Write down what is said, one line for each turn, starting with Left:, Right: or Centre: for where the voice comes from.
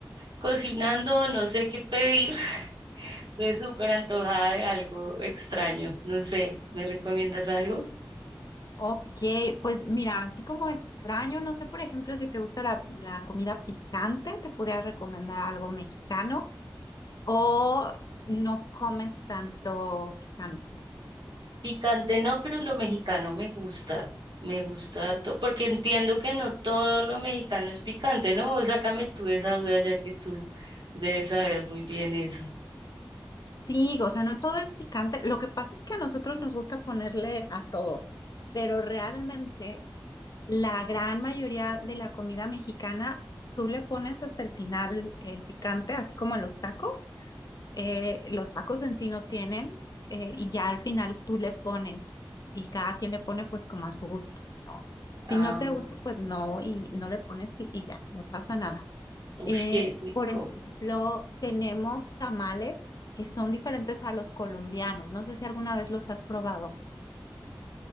Right: cocinando, no sé qué pedir. <laughs> Estoy súper antojada de algo extraño, no sé, ¿me recomiendas algo?
Left: Ok, pues mira, así como extraño, no sé, por ejemplo, si te gusta la, la comida picante, te pudiera recomendar algo mexicano o no comes tanto picante.
Right: Picante no, pero lo mexicano me gusta, me gusta harto, porque entiendo que no todo lo mexicano es picante, ¿no? O sácame tú de esa duda, ya que tú debes saber muy bien eso.
Left: Sí, o sea, no todo es picante. Lo que pasa es que a nosotros nos gusta ponerle a todo, pero realmente la gran mayoría de la comida mexicana, tú le pones hasta el final el picante, así como en los tacos. eh, los tacos en sí no tienen eh, y ya al final tú le pones y cada quien le pone pues como a su gusto, ¿no? Si
Right: Ah,
Left: no te gusta, pues no y no le pones y, y ya, no pasa nada.
Right: uff,
Left: Eh,
Right: qué rico.
Left: por ejemplo, tenemos tamales que son diferentes a los colombianos. No sé si alguna vez los has probado.